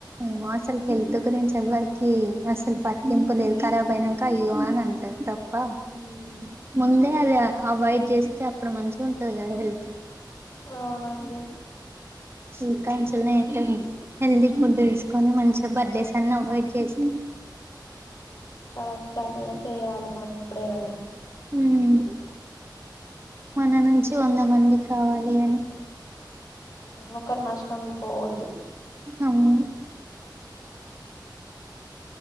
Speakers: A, on the right; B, on the left.
A: ఏమో అసలు హెల్త్ గురించి ఎవ్వరికి అసలు పట్టింపు లేదు, ఖరాబ్ అయినంక అయ్యో అని అంటరు, తప్ ప్ప
B: ఉమ్,
A: ముందే అది అవాయిడ్ చేస్తే అప్పుడు మంచిగ ఉంటది కదా హెల్త్.
B: అవునండి
A: ఇంకా చుల్నైతే హెల్ది కొంటె తీసుకొని మంచిగా బర్త్డేస్ అన్ని అవాయిడ్ చేస్
B: కరెక్ట్ టైం లనే చెయ్యాలె మనం ఎప్పుడే గని.
A: ఉమ్ మన నుంచి వంద మంది కావాలి అని.
B: ఒకర్ నష్టము పోవద్దు.
A: అవును